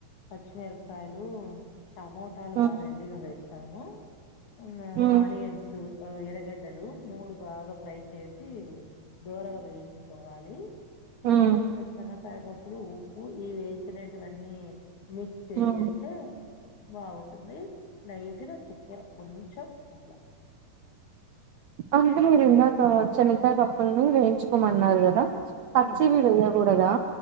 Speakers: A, on the left (about 60°); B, on the right (about 70°).
A: పచ్చిమిరపకాయలు టమోటాలు
B: ఉమ్
A: బాగా ఎండిగా వేస్తాము ఆ
B: ఉమ్
A: ఆనియన్స్ ఎరగడ్డలు మూడు బాగా ఫ్రై చేసి దోరగా వేయించుకో వాలి మ
B: ఉమ్
A: మళ్ళా ఇంకా చెనకాయ పప్పులు ఉప్పు ఇ వేయించినటువన్నీ మిక్స్ చేసేస్తే
B: ఉమ్
A: బాగుంటుంది లైట్గా చెక్కెర కొంచెం అట్లా
B: అంటే మీరు ఇందాక చనకాయ పప్పుల్ని వేయించుకోమన్నారు కదా పచ్చివి
A: ఉమ్
B: వెయ్యకూడదా